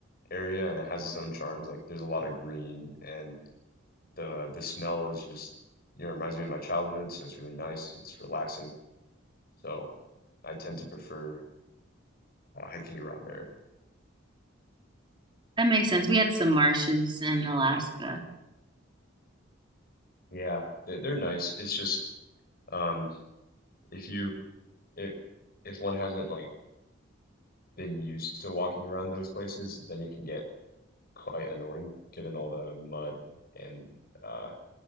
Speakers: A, on the left (about 50°); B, on the right (about 25°).
A: area and it has its own charms. Like there's a lot of green and the the smell is just, you know, reminds me of my childhood, so it's really nice. It's relaxing. So I tend to prefer uh, hiking around there.
B: That makes sense. We had some marshes in Alaska.
A: Yeah, they're, they're nice. It's just um if you it, if one hasn't like been used to walking around those places, then it can get quite annoying given all the mud and uh